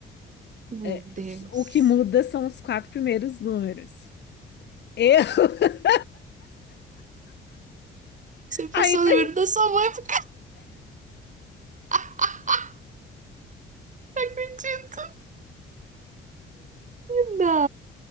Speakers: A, on the right; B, on the left.
A: Meu
B: É,
A: Deus.
B: o que muda são os quatro primeiros números. Eu. <laughs>
A: Você passou
B: Aí,
A: o
B: mas,
A: número da sua mãe porque não <laughs> acredito. Menina.